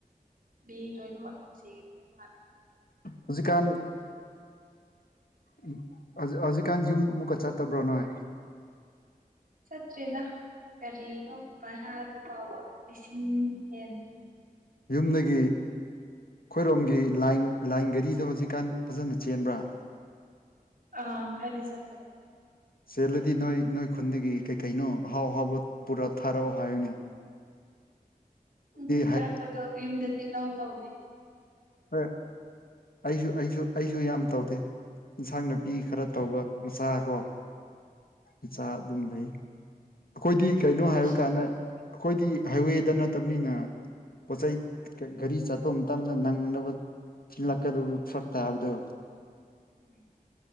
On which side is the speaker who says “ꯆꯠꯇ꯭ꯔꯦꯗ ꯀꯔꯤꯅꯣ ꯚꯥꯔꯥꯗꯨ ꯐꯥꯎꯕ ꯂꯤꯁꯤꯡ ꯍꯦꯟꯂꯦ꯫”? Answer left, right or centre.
Right